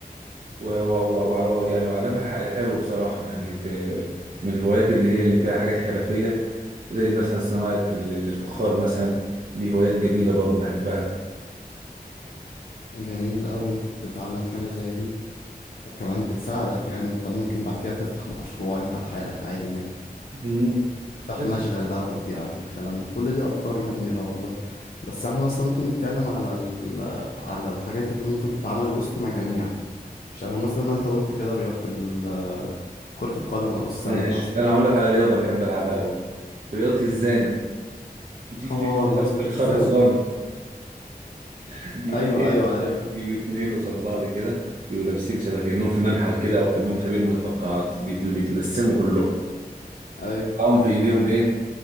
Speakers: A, on the right (about 50°); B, on the left (about 65°).
A: و و و و يعني وعلمها ح- حلو بصراحة يعني في من الهوايات اللي هي اللي فيها حاجات حرفية زي مثلا صناعة ال- الفخار مثلا دي هوايات جميلة برضو بحبها
B: جميل قوي انك تتعلم حاجة زي دي وكمان بتساعدك يعني انت ممكن بعد كده تفتح مشروع انت لحالك عادي يعني
A: مم.
B: تفتح
A: بس
B: مشغل بقى وتبيع الكلام ده كل دي افكار جميلة والله بس احنا مثلا ممكن نتكلم على ال... على الحاجات اللي ممكن تتعمل وسط مجاميع شبه مثلا ما انت قلت كده رياضة ال... كرة القدم او السلة
A: ماشي
B: مثلا
A: أنا هقول لك على رياضة بحب ألعبها أوي رياضة الزانة دي بتتلعب
B: اه الوثب
A: بالخرزانة
B: بالزانة
A: <laughs> دي اتنين
B: ايوه ايوه عارفها
A: بيجوا اتنين قصاد بعض كده يبقوا لابسين شبه كأنهم في منحل كده أو كأنهم خبير متفقعات بيتل- بيتلسموا كلهم
B: ايوه
A: معاهم في ايديهم ايه